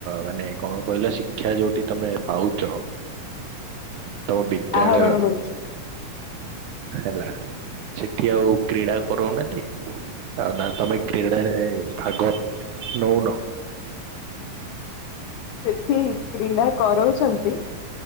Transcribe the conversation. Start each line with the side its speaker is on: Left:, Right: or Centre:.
Right: ମାନେ କଣ କହିଲ, ଶିକ୍ଷା ଯୋଉଠି ତମେ ପାଉଛ। ତମ ବିଦ୍ୟାଳୟରେ
Left: ଆହରଣ କରୁଛି।
Right: ହେଲା, ସେଠି ଆଉ କ୍ରୀଡ଼ା କରଉନାହାନ୍ତି, ଆଉ ନା ତୁମେ କ୍ରୀଡ଼ାରେ ଭାଗ ନେଉନ।
Left: ସେଠି କ୍ରୀଡ଼ା କରଉଛନ୍ତି,